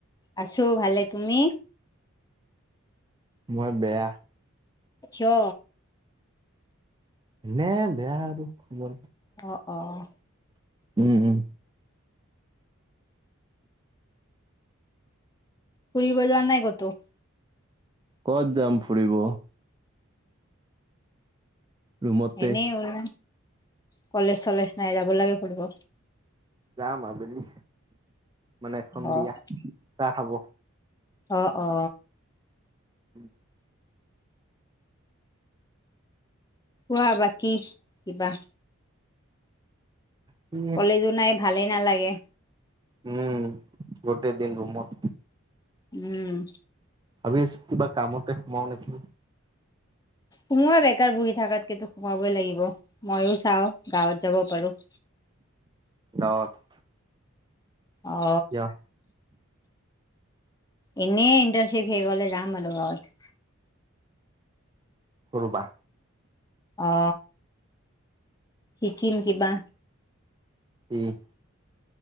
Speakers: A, on the left; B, on the right.
A: আছো ভালে। তুমি?
B: মই বেয়া।
A: কিয়?
B: এনে বেয়া আৰু খবৰ।
A: অ অ অ
B: উম উম
A: ফুৰিব যোৱাৰ নাই ক'তো?
B: ক'ত যাম ফুৰিব। ৰুমতে
A: এনেই ওল কলেজ চলেজ নাই যাব লাগে ফুৰিব।
B: যাম আবেলি মানে সন্ধিয়া
A: অ',
B: চাহ খাব।
A: অ অ।
B: উম।
A: কোৱা বাকি কিবা?
B: <unintelligible>
A: কলেজো নাই ভালেই নালাগে
B: উম গোটেই দিন ৰোমত।
A: উম।
B: আবিছ কিবা কামতে সোমাও নেকি?
A: সোমোৱা বেকাৰ বুহি থাকাতকেটো সোমাবই লাগিব মইয়ো চাও গাঁৱত যাব পাৰো।
B: গাঁৱত।
A: অ।
B: কিয়
A: এনেই ইণ্টাৰ্ণশ্বিপ শেষ হ'লে যাম আৰু গাঁৱত।
B: হুৰোবা
A: অ। শিকিম কিবা।
B: উম।